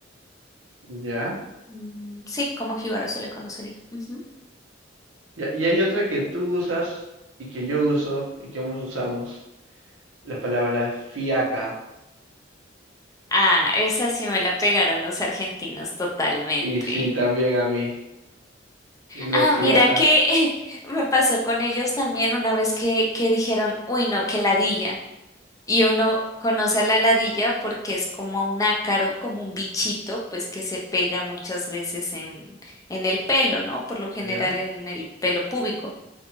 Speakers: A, on the right (about 85°); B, on the left (about 15°).
A: ¿Ya?
B: Mm, Sí, como jíbaro se le conocería. Ujú.
A: Ya, y hay otra que tú usas y que yo uso y que ambos usamos. La palabra fiaca.
B: Ah, esa sí me la pegaron los argentinos totalmente.
A: Y sí, también a mí. Tengo
B: Ah,
A: fiaca.
B: mira que <laughs> me pasó con ellos también una vez que, que dijeron, uy, no, que ladilla. Y uno conoce a la ladilla porque es como un ácaro, como un bichito, pues que se pega muchas veces en, en el pelo, ¿no? Por lo general
A: ¿Ya?
B: en el pelo púbico.